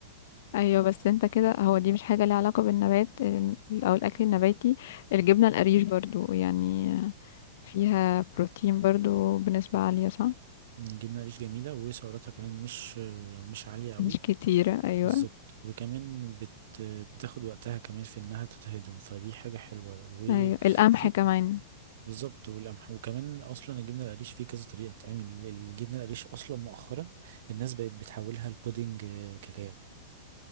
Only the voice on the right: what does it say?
جبنة قريش جميلة وسعراتها كمان مش آه، مش عالية قوي
بالظبط وكمان بت... بتاخد وقتها كمان في انها تتهضم فدي حاجة حلوة وفي
بالظبط والقمح وكمان اصلا الجبنة القريش فيه كذا طريقة تعمل الجبنة القريش اصلا مؤخرا الناس بقت بتحولها لبودنج آه، كاكاو